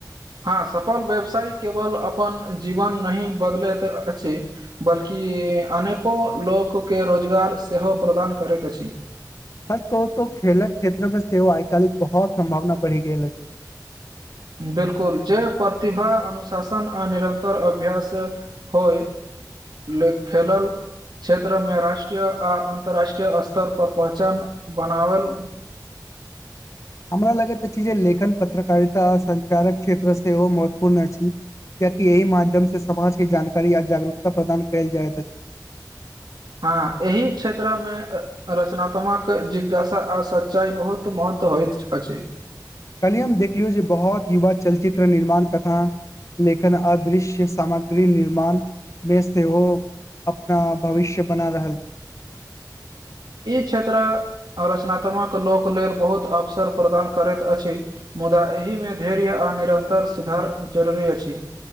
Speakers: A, on the right; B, on the left.
A: हँ सफल व्यवसाय केवल अपन जीवन नहि बदलैत अछि बल्कि कि अनेको लोक केँ रोजगार सेहो प्रदान करैत अछि
B: सच कहू त खेलक क्षेत्रमे सेहोव आइ कालिक बहुत सम्भावना बढ़ि गेल अछि
A: बिल्कुल जे प्रतिभा अनुशासन आ निरन्तर अभ्यास होय ले खेलल क्षेत्र मे राष्ट्रीय आ अन्तर्राष्ट्रीय स्तर पर पहचान बनावल
B: हमरा लगैत अछि जे लेखन पत्र कारिता संचारक क्षेत्र सेहो महत्वपूर्ण अछि किया कि एहिह माध्यम से समाजके जानकारी आ जागरूकता प्रदान कयल जाइत अछि
A: हँ एहि क्षेत्रमे रचनात्मक जिज्ञासा आ सच्चाइ बहुत महत्व होइत अछि
B: कली हम देखलियौ जे बहुत युवा चलचित्र निर्माण कथा लेखन अदृश्य सामग्री निर्माणमे सेहो अपना भविष्य बना रहल छथिन
A: ई क्षेत्र रचनात्मक लोक लेल बहुत अवसर प्रदान करैत अछि मुदा एहि मे धैर्य आ निरन्तर सुधार धर जरूरी अछि